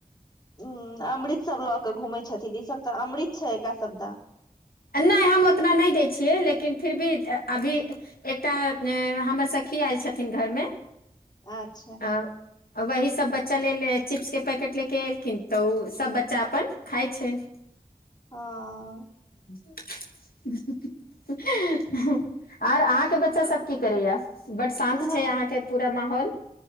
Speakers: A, on the left; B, on the left.
A: हूँ अमृत सब लऽ क घूमै छथिन ई सब तऽ अमृत छै एकरा सबदा
B: नहि हम ओतना नहि दै छियै ले- लेकिन फिर भी अभी एकटा ऐं हमर सखी आयल छथिन घरमे
A: अच्छा
B: आ वही सभ बच्चा लेल चिप्स के पैकेट लेके एलखिन तऽ ओ सब बच्चा अपन खाइ छै
A: हाँ
B: हँह हँह हँ आर अहाँके बच्चा सब की करैया बड्ड शान्त
A: हम
B: छै अहाँके पू- माहौल